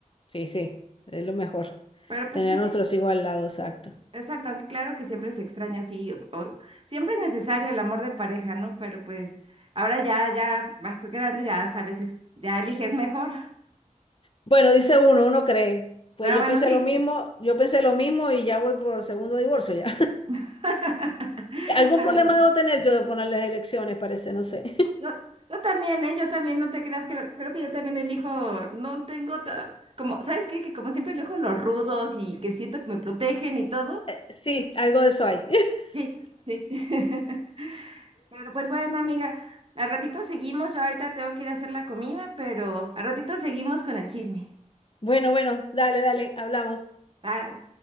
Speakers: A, on the left (about 40°); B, on the right (about 45°).
A: sí, sí, es lo mejor,
B: pero pues
A: tener
B: sí, sí.
A: a nuestros hijos al lado, exacto.
B: Exacto, aunque claro que siempre se extraña sí. o- o- siempre es necesario el amor de pareja, ¿no? Pero pues ahora ya, ya más grande, ya sabes, ex- ya eliges mejor.
A: Bueno, dice uno, uno cree, pues
B: Ah,
A: yo
B: bueno,
A: pensé
B: sí.
A: lo mismo, yo pensé lo mismo y ya voy por segundo divorcio ya.
B: <laughs>
A: <laughs> Algún problema
B: Ay,
A: debo tener yo de poner las elecciones, parece, no sé.
B: yo, yo también, ¿eh? Yo también, no te creas, creo, creo que yo también elijo, no tengo, ta- como, ¿sabes qué? Que como siempre elijo los rudos y que siento que me protegen y todo.
A: <laughs> Sí, algo de eso hay. <laughs>
B: Sí, sí. <laughs> Pero pues bueno, amiga, al ratito seguimos. Yo ahorita tengo que ir a hacer la comida, pero al ratito seguimos con el chisme.
A: Bueno, bueno, dale, dale, hablamos.
B: Bye.